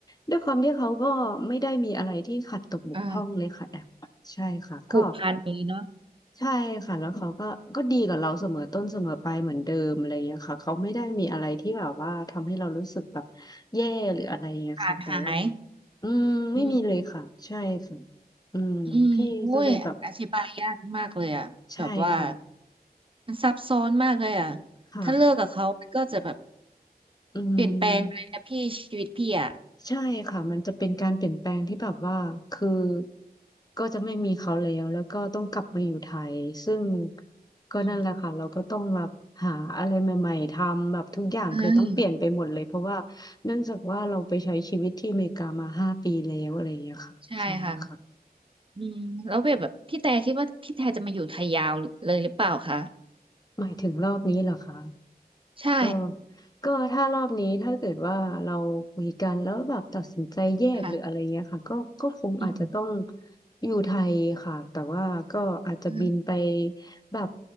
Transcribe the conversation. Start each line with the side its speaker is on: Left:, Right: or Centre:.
Left: ด้วยความที่เขาก็ไม่ได้มีอะไรที่ขัดตกบกพร่องเลยค่ะแอมใช่ค่ะก็
Right: อ่าผูกพันนี้เนาะ
Left: ใช่ค่ะแล้วเขาก็ก็ดีกับเราเสมอต้นเสมอปลายเหมือนเดิมอะไรอย่างเงี้ยค่ะเขาไม่ได้มีอะไรที่แบบว่าทำให้เรารู้สึกแบบแย่หรืออะไรอย่างเงี้ยค่ะแต่ว่า
Right: ขาดหาย
Left: อืมไม่มีเลยค่ะใช่ค่ะ
Right: อืม
Left: อืมพี่ก็เลยแบบ
Right: อืมโอุ้ยอธิบายยากมากเลยอ่ะแบบว่า
Left: ใช่ค่ะ
Right: มันซับซ้อนมากเลยอ่ะ
Left: ค่ะ
Right: ถ้าเลิกกับเขามันก็จะแบบ
Left: อืม
Right: เปลี่ยนแปลงไปเลยนะพี่ชีวิตพี่อ่ะ
Left: ใช่ค่ะ มันจะเป็นการเปลี่ยนแปลงที่แบบว่าคือก็จะไม่มีเขาแล้วแล้วก็ต้องกลับมาอยู่ไทย ซึ่งก็นั่นแหละค่ะ
Right: อืม
Left: เราก็ต้องแบบหาอะไรใหม่ๆทำแบบทุกอย่างคือต้องเปลี่ยนไปหมดเลยเพราะว่าเนื่องจากว่าเราไปใช้ชีวิตที่อเมริกามาห้าปีแล้วอะไรอย่างเงี้ยค่ะใช่ค่ะ
Right: อืมใช่ค่ะอืมแล้วแบบแบบพี่แต่คิดว่าพี่แต่จะมาอยู่ไทยยาวเลยหรือเปล่าคะ
Left: หมายถึงรอบนี้เหรอคะ
Right: ใช่
Left: ก็ก็ถ้ารอบนี้ถ้าเกิดว่าเราคุยกันแล้วแบบตัดสินใจแยกหรืออะไรเงี้ยค่ะก็ก็คงอาจจะต้อง
Right: ค่ะอืม
Left: อยู่ไทยค่ะแต่ว่าก็อาจจะบินไป
Right: อืม
Left: แบบ